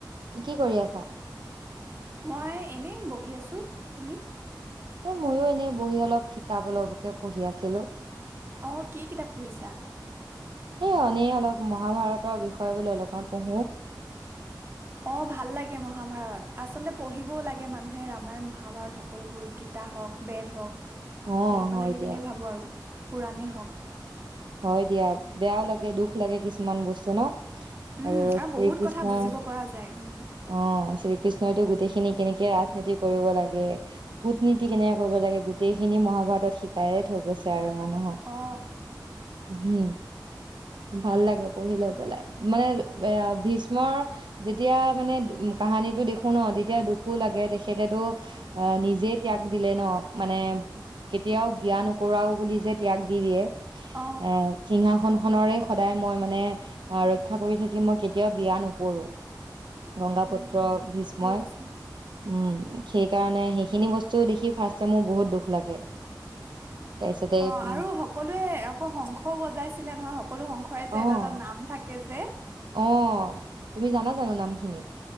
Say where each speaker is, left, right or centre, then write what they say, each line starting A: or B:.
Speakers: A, on the right; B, on the right.
A: কি কৰি আছা?
B: মই এনে বহি আছো, তুমি?
A: এ ময়ো এনেই বহি অলপ কিতাপ অলপকে পঢ়ি আছিলোঁ।
B: অ', কি কিতাপ পঢ়িছা?
A: সেই এনেই অলপ মহাভাৰতৰ বিষয়ে বুলু অলপমান পঢ়োঁ।
B: অ', ভাল লাগে মহাভাৰত। আচলতে পঢ়িবও লাগে মানুহে ৰামায়ণ, মহাভাৰত, সকলোবোৰ। গীতা হওঁক, বেদ হওঁক।
A: অ
B: পঢ়িব
A: হয়
B: লাগে
A: দিয়া
B: বুলিয়ে ভাবো আৰু। পুৰাণেই হওঁক।
A: হ'য় দিয়া। বেয়াও লাগে, দুখ লাগে, কিছুমান বস্তু নো?
B: উম
A: আৰু শ্ৰী
B: বহুত
A: কৃষ্ণই,
B: কথা বুজিব পৰা যায় উম।
A: অ', শ্ৰী কৃষ্ণইতো গোটেইখিনি কেনেকে এ ৰাজনীতি কৰিব লাগে, কুটনীতি কেনেকে কৰিব লাগে, গোটেইখিনি মহাভাৰতত শিকায়ে থৈ গৈছে আৰু। মানুহক
B: অ
A: হমম। ভাল লাগে পঢ়ি লৈ পেলাই। মানে এ ভীষ্মৰ যেতিয়া মানে ম কাহানীটো দেখো নহয়, তেতিয়া দুখো লাগে। তেখেতেতো, আহ নিজে ত্যাগ দিলে নো? মানে, কেতিয়াও বিয়া নকৰাও বুলি যে ত্যাগ দি দিয়ে এ,
B: অ
A: সিংহাখন খনৰে সদায় মই মানে, আহ ৰক্ষা কৰি থাকিম। মই কেতিয়াও বিয়া নকৰোঁ। গংগাাপুত্ৰ
B: উম উম
A: ভ্ৰীষ্মই।
B: বুজিছো।
A: উম। সেই কাৰণে সেইখিনি বস্তু দেখি ফাৰ্ষ্টে মোৰ বহুত দুখ লাগে। তাৰপিছতে
B: অ',
A: উম,
B: আৰু সকলোৱে আকৌ শংখও বজাইছিলে নহয়, সকলো শংখৰে
A: অ',
B: যে এটা এটা নাম থাকে। যে
A: অ তুমি জানা জানো নামখিনি